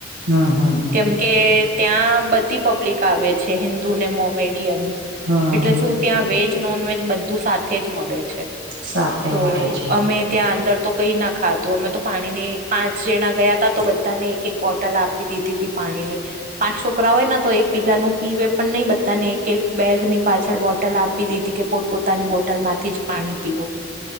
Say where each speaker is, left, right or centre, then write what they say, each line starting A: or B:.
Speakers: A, on the right; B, on the right.
A: હમ હમ હમ.
B: કેમ કે ત્યાં બધી પબ્લિક આવે છે હિન્દુ ને મોમેડિયન્સ.
A: હમ
B: એટલે શું ત્યાં વેજ નોન વેજ બધું સાથે જ મળે છે
A: સાથે
B: તો
A: મળે છે
B: અમે. ત્યાં અંદર તો કંઈ ના ખાધું અમે તો પાણીની પાંચ જણા ગયા હતા તો બધાને એક એક બોટલ આપી દીધી હતી. પાણીની પાંચ છોકરા હોય ને તો એક બીજા ન પીવે પણ નહીિ બધાને એક એક. બેગ ની પાછળ બોટલ આપી દીધી કે પોતપ. પતાની બોટલ માંથી જ પાણી પીવો